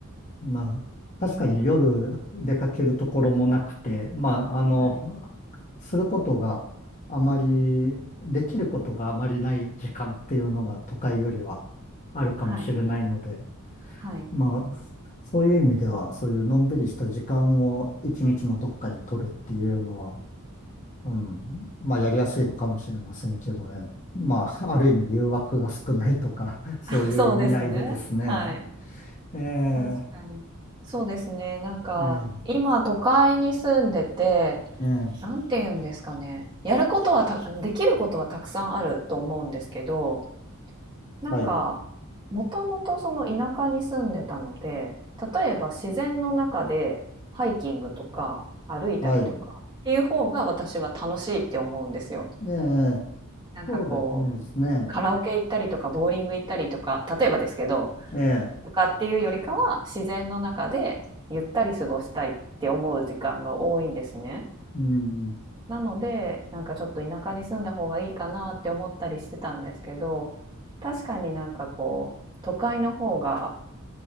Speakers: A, on the left; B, on the right.
A: まあ、確かに夜出かけるところもなくて、まあ、あの、
B: はい、
A: することがあまり、できることがあまりない時間っていうのが都会よりはあるかもしれないので、
B: はい、はい。
A: まあ、そういう意味では、そういうのんびりした時間を一日のどっかに取るっていうのは、うん、まあ、やりやすいのかもしれませんけどね。まあ、ある意味誘惑が少ないとか、そういう意味合いでですね。
B: <laughs> そうですね。はい。
A: ええ
B: 確かに。そうですね、なんか、
A: ええ
B: 今都会に住んでて、
A: ええ
B: なんて言うんですかね、やることはたできることはたくさんあると思うんですけど、なんか、
A: はい。
B: もともとその田舎に住んでたので、例えば自然の中でハイキングとか歩いたりとかっていう方が私は楽しいって思うんですよ。
A: はい。ええ、
B: なんかこう、
A: そうですね。
B: カラオケ行ったりとか、ボーリング行ったりとか、例えばですけど、
A: ええ、
B: とかっていうよりかは、自然の中でゆったり過ごしたいって思う時間が多いんですね。
A: うん、
B: なので、なんかちょっと田舎に住んだ方がいいかなって思ったりしてたんですけど、確かになんかこう、都会の方が、